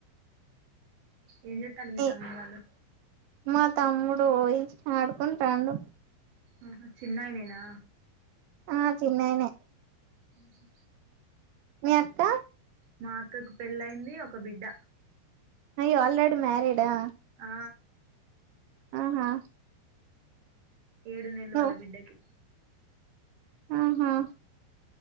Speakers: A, on the right (about 50°); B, on the right (about 75°).
A: ఏం జేతలు మీ
B: ఏ
A: తమ్ముని వాళ్ళు
B: మా తమ్ముడు పోయి ఆడుకుంటండు
A: ఆహ చిన్నడేనా
B: ఆ చిన్నైనే
A: ఉహు
B: మీ అక్క
A: మా అక్కకు పెళ్ళయింది ఒక బిడ్డ
B: అయ్యో ఆల్రెడీ మ్యారీడా
A: ఆ
B: ఆహా
A: ఏడు నెలలు
B: నువ్
A: వాల్ల బిడ్డకి
B: ఆహా